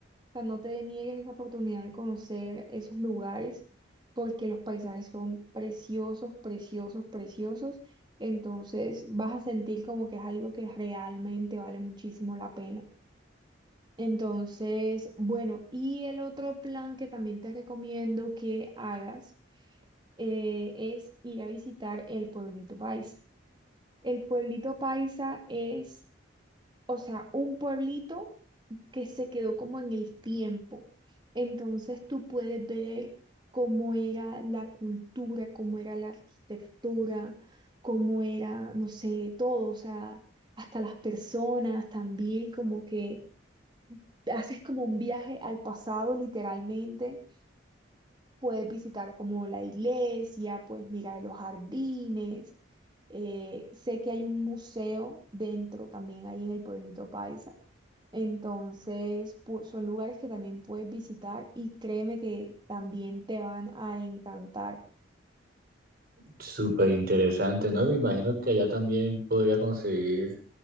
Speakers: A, on the right; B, on the right.
A: o sea, no te niegues esa oportunidad de conocer esos lugares, porque los paisajes son preciosos, preciosos, preciosos, entonces vas a sentir como que es algo que realmente vale muchísimo la pena. Entonces, bueno, y el otro plan que también te recomiendo que hagas eh, es ir a visitar el pueblito paisa. El pueblito paisa es, o sea, un pueblito que se quedó como en el tiempo. Entonces tú puedes ver cómo era la cultura, cómo era la arquitectura, cómo era, no sé, todo, o sea, hasta las personas también, como que haces como un viaje al pasado literalmente Puedes visitar como la iglesia, puedes mirar los jardines. eh, sé que hay un museo dentro también ahí en el pueblito Paisa. Entonces, pu- son lugares que también puedes visitar y créeme que también te van a encantar.
B: Súper interesante, ¿no? Me imagino que allá también podría conseguir,